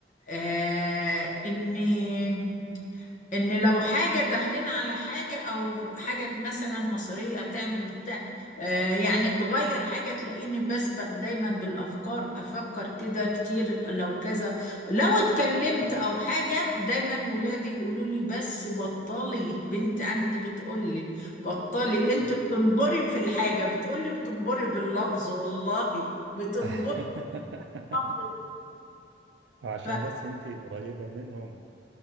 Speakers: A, on the left; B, on the right.
A: آه اني ان لو حاجة داخلين على حاجة او حاجة مثلا مصرية هتعمل بتاع آه يعني تغير حاجة تلاقيني بسبق دايما بالافكار افكر كده كتير لو كذا لو اتكلمت او حاجة دايما ولادي يقولوا لي بس بطلي بنت عندي بتقول لي بطلي انت بتنبري في الحاجة بتقول لي بتنبري باللفظ والله بتنبري
B: <laughs>
A: الامر
B: وعشان
A: ده
B: بس أنت قريبة منهم